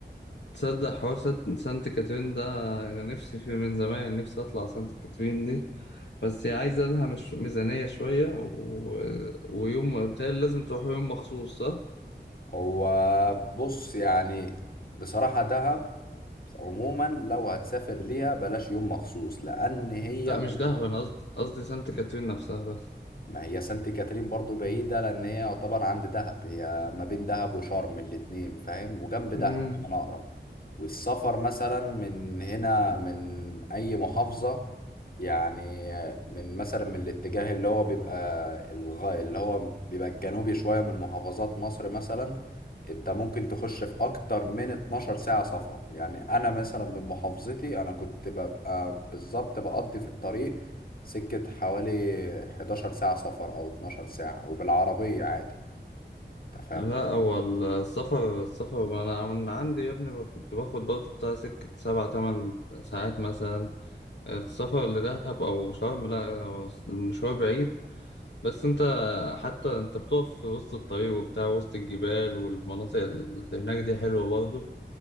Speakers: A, on the left; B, on the left.
A: تصدق حوار سانت سانت كاترين ده انا نفسي فيه من زمان نفسي اطلع سانت كاترين دي بس هي عايزة لها مش ميزانية شوية و... ويوم بالتالي لازم تروحوا يوم مخصوص صح؟
B: هو بص يعني بصراحة دهب عموما لو هتسافر ليها بلاش يوم مخصوص لأن هي
A: لا
B: بعيدة
A: مش دهب انا قصدي قصدي سانت كاترين نفسها بس
B: ما هي سانت كاترين برضو بعيدة لأن هي يعتبر عند دهب هي ما بين دهب وشرم الاتنين فاهم وجنب دهب
A: مم.
B: كمان أقرب والسفر مثلا من هنا من أي محافظة يعني من مثلا من الاتجاه اللي هو بيبقى الغ... اللي هو بيبقى الجنوبي شوية من محافظات مصر مثلا انت ممكن تخش في اكتر من 12 ساعة سفر يعني انا مثلا من محافظتي انا كنت ببقى بالظبط بقضي في الطريق سكة حوالي 11 ساعة سفر أو 12 ساعة وبالعربية عادي أنت فاهم
A: لا
B: قصدي؟
A: هو السفر السفر انا من عندي يا ابني ب- كنت باخد برضه بتاع سكة سبع تمن ساعات مثلا السفر لدهب او شرم لا هو المشوار بعيد بس انت حتى انت بتقف في وسط الطريق وبتاع وسط الجبال والمناطق اللي هناك دي حلوة برضه